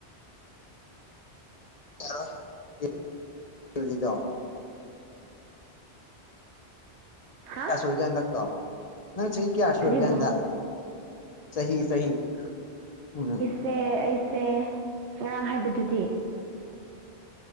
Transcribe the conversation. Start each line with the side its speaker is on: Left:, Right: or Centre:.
Left: <unintelligible>
Right: ꯍꯥ
Left: ꯀꯌꯥ ꯁꯨꯔꯤꯒꯦ ꯍꯟꯗꯛꯇꯣ ꯅꯪ ꯆꯍꯤ ꯀꯌꯥ ꯁꯨꯔꯒꯦ
Right: ꯀꯔꯤꯕꯨ
Left: ꯍꯟꯗꯛ ꯆꯍꯤ ꯆꯍꯤ ꯎꯝ
Right: ꯁꯦ ꯑꯩꯁꯦ ꯉꯔꯥꯡ ꯍꯥꯏꯕꯗꯨꯗꯤ